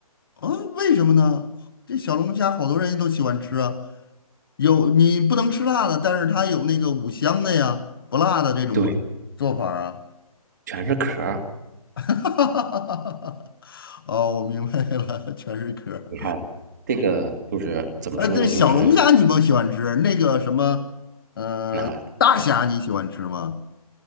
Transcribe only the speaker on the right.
对，全是壳儿。
你看这个就是怎么说呢？
就是
那。
啊。